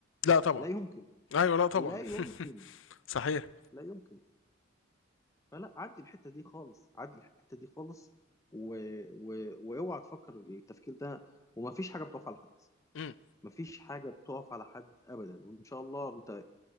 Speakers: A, on the left; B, on the left.
A: لا طبعا
B: لا يمكن
A: ايوه لا طبعا
B: لا يمكن
A: <laughs> صحيح
B: لا يمكن فلا عدي الحته دي خالص عدي الحته دي خالص و... و... واوعى تفكر التفكير ده وما فيش حاجه بتقف على حد
A: امم
B: ما فيش حاجه بتقف على حد ابدا وان شاء الله انت